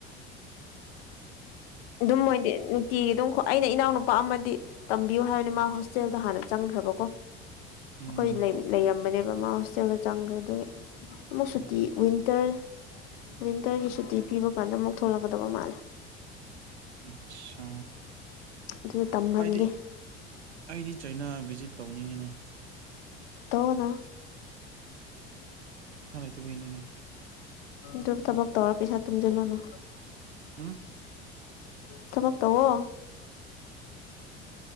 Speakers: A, on the left; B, on the right.
A: ꯑꯗꯨꯝ ꯃꯣꯏꯗꯤ ꯅꯨꯡꯇꯤꯒꯤ ꯑꯗꯨꯝ ꯈꯣ ꯑꯩꯅ ꯏꯅꯥꯎꯅꯨꯄꯥ ꯑꯃꯗꯤ ꯇꯝꯕꯤꯌꯣ ꯍꯥꯏꯕꯅꯦ ꯃꯥ ꯍꯣꯁꯇꯦꯜꯗ ꯍꯥꯟꯅ ꯆꯪꯈ꯭ꯔꯕꯀꯣ
B: ꯎꯝ
A: ꯈꯣꯏ ꯂꯩꯃꯤ ꯂꯩꯔꯝꯕꯅꯦ ꯃꯃꯥ ꯍꯣꯁꯇꯦꯜꯗ ꯆꯪꯒ꯭ꯔꯦ ꯑꯗꯨꯒꯤ ꯑꯃꯨꯛ ꯁꯨꯇꯤ ꯋꯤꯟꯇꯔ ꯋꯤꯟꯇꯔꯒꯤ ꯁꯨꯇꯤ ꯄꯤꯕ ꯀꯥꯟꯗ ꯑꯃꯨꯛ ꯊꯣꯛꯂꯛꯀꯗꯕ ꯃꯥꯜꯂꯦ
B: ꯑꯠꯁꯥ
A: ꯑꯗꯨꯗ ꯇꯝꯍꯟꯒꯦ
B: ꯑꯩꯗꯤ ꯑꯩꯗꯤ ꯆꯩꯅꯥ ꯚꯤꯖꯤꯠ ꯇꯧꯅꯤꯡꯉꯤꯅꯦ
A: ꯇꯧꯋꯣꯅ
B: ꯄꯩꯁꯥ ꯂꯩꯇꯕꯩꯅꯤꯅꯦ
A: ꯗꯨꯝ ꯊꯕꯛ ꯇꯧꯔ ꯄꯩꯁꯥ ꯇꯨꯡꯖꯜꯂꯣꯅ
B: ꯎꯨꯝ
A: ꯊꯕꯛ ꯇꯧꯋꯣ